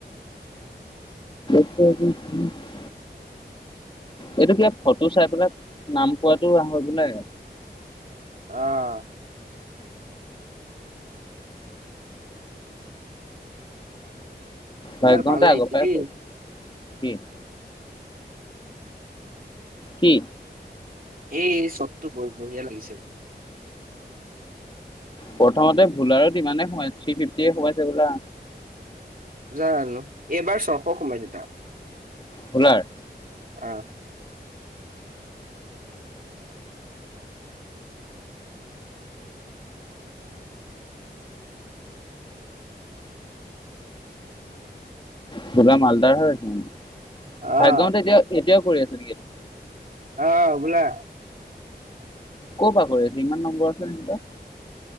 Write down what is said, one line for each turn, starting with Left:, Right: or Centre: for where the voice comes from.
Left: <unintelligible> এইটো কিবা ফটো চাই পেলাক নাম কোৱাটো হয় বোলে।
Right: অ এইডাল
Left: <unintelligible>
Right: ভাল লাগিছে
Left: আগৰ পাই
Right: দেই,
Left: কওঁ। কি? কি?
Right: এই সতটো ব-বঢিয়া লাগিছে মানে
Left: প্ৰথমতে ভোলাৰো ইমানে সোমাই থ্ৰী ফিফটিয়ে সোমাইছে ভোলা।
Right: জানো এইবাৰ <unintelligible>
Left: ভোলাৰ?
Right: অ।
Left: বোলা মালদাৰ হৈছে মানে।
Right: অ',
Left: ভাগ্যহতে এতিয়া এতিয়াও কৰি আছে নেকি এইটো?
Right: অ বোলা!
Left: ক'ৰ পৰা কৰি আছে? ইমান নম্বৰ আছেনে তাৰ?